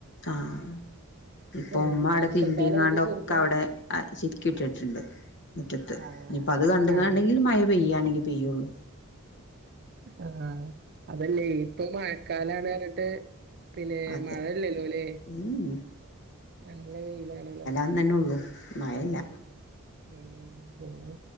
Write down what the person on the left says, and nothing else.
ആഹ് ഇപ്പൊ
ഉ്മ്മ അവിടെ
കിമ്പിയങ്ങാണ്ടൊക്കെ
അവിടെ ആഹ് ചിക്കി ഇട്ടിട്ടുണ്ട് മുറ്റത്ത്
ഇനിപ്പ അത്
കണ്ടങ്ങണ്ടെങ്കില്
മഴ പെയ്യണെങ്കി പെയ്യുള്ളു
അതെ
ഉം
അന്നെന്നെ ഉള്ളൂ മഴല്ല